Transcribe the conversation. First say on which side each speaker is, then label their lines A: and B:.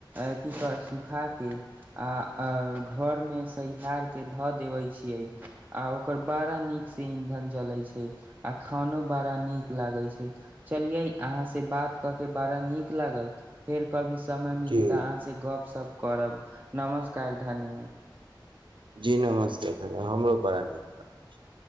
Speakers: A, on the right; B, on the right.
A: अथीक सुखाके आ अ घरमे सहिहारके धऽ देबै छियै आ ओकर बड़ा नीकसे ईंधन जलै छै आ खानो बड़ा नीक लागै छै। चलियै अहाँसे बात कऽ के बड़ा नीक लागल फेर कभी समय मिली
B: जी
A: तऽ अहाँसे गप सप करब, नमस्कार धन्यवाद।
B: जी नमस्कार धन्य हमरो बड़ा नीक